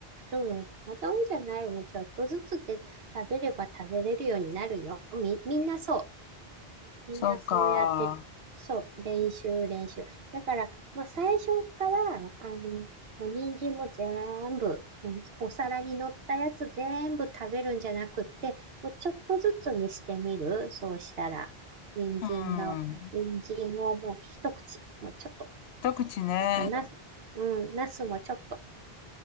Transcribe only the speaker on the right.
そうたまたまじゃないもうちょっとずつで食べれば食べれるようになるよ。み、みんなそう。みんなそうやって、
そう、練習、練習。だから、まあ、最初から、あの、もう人参も全部、もうお皿に乗ったやつ全部食べるんじゃなくって、もうちょっとずつにしてみる。そうしたら、人参が、
人参をもう一口、もうちょっと、
あと、なす、うん、なすもちょっと。